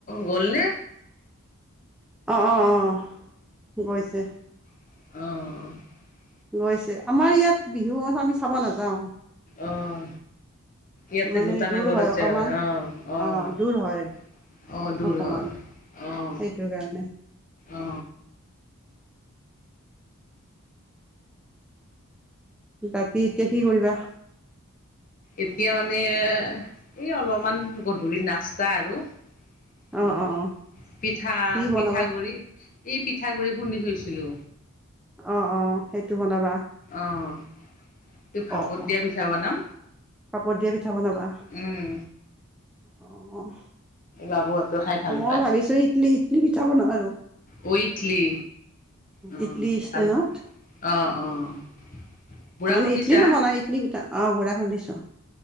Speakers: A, on the left; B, in the centre.
A: গ'ল নে
B: অ অ অ গৈছে
A: আহঁ
B: গৈছে আমাৰ ইয়াত বিহু আমি চাব নাযাও
A: আহ ইয়াতে
B: মানে
A: গোটানগৰত
B: দূৰ
A: আছে
B: অকমান
A: হয় আহ আহ
B: অ', দূৰ হয়
A: আহ দূৰ
B: অকমান
A: হয় আহ।
B: সেইটোৰ কাৰণে
A: অ।
B: উ বাকী এতিয়া কি কৰিবা?
A: এতিয়া মানে এই অলপমান গধূলি নাস্তা আৰু
B: অ',
A: উ
B: অ', অ',
A: পিঠা
B: কি বনাবা?
A: পিঠাগুৰি। এই পিঠাগুড়ি খুন্দি থৈছিলো।
B: অ', অ', সেইটো বনাবা
A: অ'। তই ভাপত
B: অ', অ',
A: দিয়া পিঠা বনাম
B: পাপৰ দিয়া পিঠা বনাবা
A: উম।
B: অ',
A: বাবুহঁতো খাই ভাল
B: মই
A: পায়।
B: ভাবিছো ইডলি ইডলি পিঠা বনাওঁ আৰু
A: অ ইটলি উম
B: ইডলী ইষ্টেনত।
A: ভাল অ অ। গুড়া
B: মানে
A: খুন্দিছা?
B: ইডলি ন বল ইডলি পিঠা। অ' গুড়া খুন্দিছোঁ,